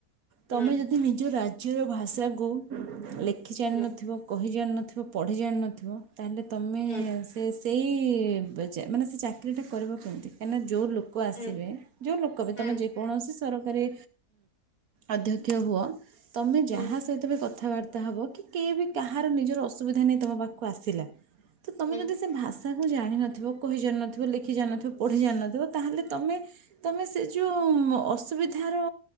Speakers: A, on the left; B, on the right.
A: ହୁଁ
B: ତମେ ଯଦି ନିଜ ରାଜ ରାଜ୍ୟ ର ଭାଷା କୁ ଲେଖ୍। ଲେଖି ଜାଣିିନଥିବ
A: ହୁଁ
B: କହି <inaudible> ଜାଣି ନଥିବ। ପଢ଼ି ଜାଣି ‌ନଥିବ ତା ହେଲେ ତମେ
A: ହୁଁ
B: ଶେଷ୍ ସେଇଇଇ ମାନେ ସେ ଚାକିରିଟା କରିବ କେମିତି କାହିଁକିନା ଯୋଉ ଲୋକ ଆସିବେ
A: ହୁଁ
B: ଯୋଉ ଲୋକ ବି
A: ହୁଁ
B: ତମେ ଯେକୌଣସି ସରକାରୀ ଅଧ୍ୟକ୍ଷ ହୁଅ। ତମେ
A: ହୁଁ
B: ଯାହା
A: ହୁଁ
B: ସହିତ ବି କଥ୍ କଥାବାର୍ତ୍ତା ହେବ କି କିଏ ବି କାହାର ନିଜର ଅସୁବିଧା ନେଇ ତମ ପାଖକୁ ଆସିଲା ତ ତମେ
A: ହୁଁ
B: ଯଦି ସେ ଭାଷ୍ ତାକୁ ଜାଣିନଥିବ କହି ଜାଣିନଥିବ ଲେଖି ଜାଣିନଥିବ ପଢ଼ି ଜାଣିନଥିବ ତାହେଲେ ତମେ ତମେ ସେ ଯୋଉଁ ଅସୁବିଧାର